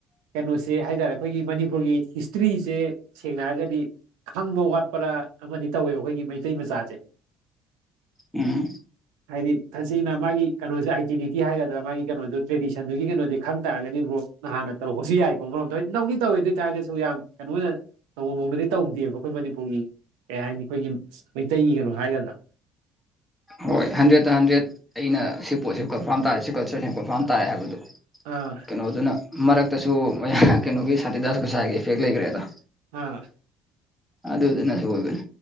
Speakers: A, on the right; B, in the centre.
A: ꯀꯩꯅꯣꯁꯦ ꯍꯥꯏꯇꯥꯔꯦ ꯑꯩꯈꯣꯏꯒꯤ ꯃꯅꯤꯄꯨꯔꯒꯤ ꯍꯤꯁꯇ꯭ꯔꯤꯁꯦ ꯁꯦꯡꯅ ꯍꯥꯢꯔꯒꯗꯤ ꯈꯪꯕ ꯋꯥꯠꯄꯔꯥ ꯑꯃꯗꯤ ꯇꯧꯋꯦꯕ ꯑꯩꯈꯣꯏꯒꯤ ꯃꯩꯇꯩ ꯃꯆꯥꯁꯦ
B: ꯎꯝ
A: ꯍꯥꯏꯗꯤ ꯇꯁꯦꯡꯅ ꯃꯥꯒꯤ ꯀꯩꯅꯣꯁꯦ ꯑꯥꯏꯗꯦꯟꯇꯤꯇꯤ ꯍꯥꯏꯒꯗ꯭ꯔꯥ ꯃꯥꯒꯤ ꯀꯩꯅꯣꯗꯨ ꯇ꯭ꯔꯦꯗꯤꯁꯟꯗꯨꯒꯤ ꯀꯩꯅꯣꯁꯦ ꯈꯪ ꯇꯥꯔꯒꯗꯤ ꯕ꯭ꯔꯣ ꯅꯍꯥꯟꯅ ꯇꯧꯔꯛꯄꯁꯨ ꯌꯥꯏ <unintelligible> ꯅꯧꯗꯤ ꯇꯧꯋꯤ ꯑꯗꯨꯢ ꯑꯣꯏꯇꯥꯔꯒꯁꯨ ꯌꯥꯝ ꯀꯩꯅꯣ ꯑꯣꯏꯅ ꯇꯧꯕ ꯃꯑꯣꯡꯗꯗꯤ ꯇꯧꯗꯦꯕ ꯑꯈꯣꯏ ꯃꯅꯤꯄꯨꯔꯒꯤ ꯀꯩ ꯍꯥꯏꯅꯤ ꯑꯈꯣꯏꯒꯤ ꯑꯁ ꯃꯩꯇꯩꯒꯤ ꯀꯩꯅꯣ ꯍꯥꯏꯒꯗ꯭ꯔꯥ
B: ꯍꯣꯏ ꯍꯟꯗ꯭ꯔꯦꯗꯠꯇ ꯍꯟꯗ꯭ꯔꯦꯗ ꯑꯩꯅ ꯁꯤ ꯄꯣꯠꯁꯦ ꯀꯟꯐꯥꯝ ꯇꯥꯔꯦ ꯁꯤ ꯀꯜꯆꯔꯁꯦ ꯀꯟꯐꯥꯝ ꯇꯥꯔꯦ ꯍꯥꯏꯕꯗꯨ
A: ꯑꯥ
B: ꯀꯩꯅꯣꯗꯨꯅ ꯃꯔꯛꯇꯁꯨ ꯃꯌꯥꯡ ꯀꯩꯅꯣꯒꯤ ꯁꯥꯟꯇꯤꯗꯥꯁ ꯒꯣꯁꯥꯢꯒꯤ ꯏꯐꯦꯛ ꯂꯩꯒ꯭ꯔꯦꯗ
A: ꯍꯥ
B: ꯑꯗꯨꯗꯨꯅ ꯁꯣꯢꯕꯅꯦ